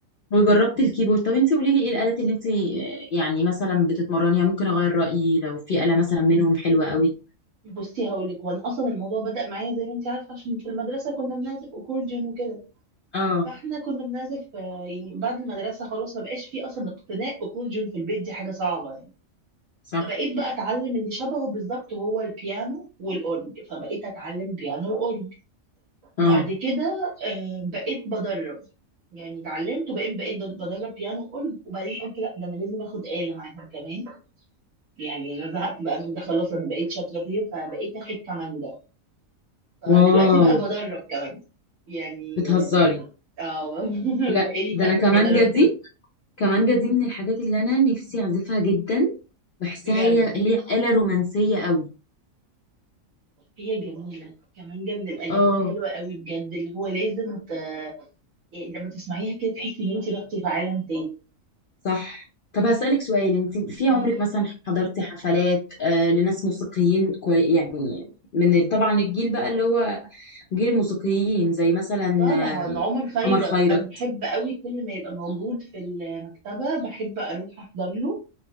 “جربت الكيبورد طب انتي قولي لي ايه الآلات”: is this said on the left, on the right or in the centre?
Left